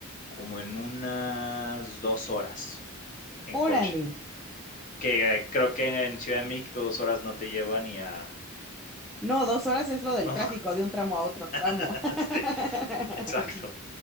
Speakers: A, on the left; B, in the centre.
A: como en unas 2 horas en
B: Órale.
A: coche que creo que en Ciudad de México dos horas no te lleva ni a...
B: No, dos horas es lo del
A: No,
B: tráfico de un tramo a otro tramo.
A: <laughs>
B: <laughs>
A: sí, exacto.